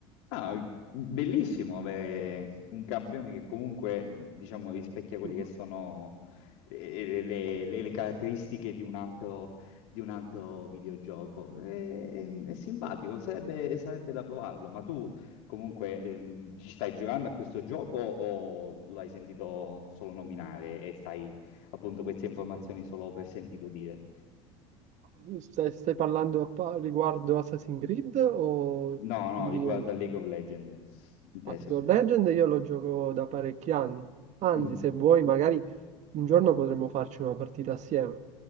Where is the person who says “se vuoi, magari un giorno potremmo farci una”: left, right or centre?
Right